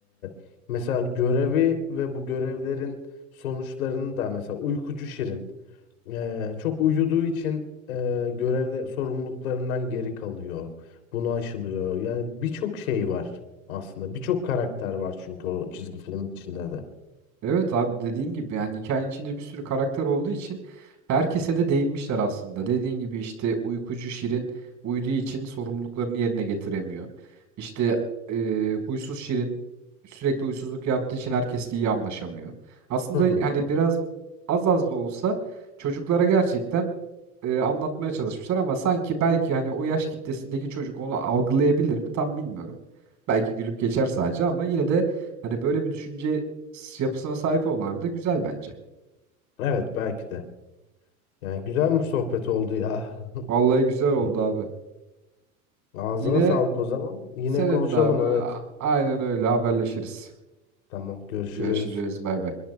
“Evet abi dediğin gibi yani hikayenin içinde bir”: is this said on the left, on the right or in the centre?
Right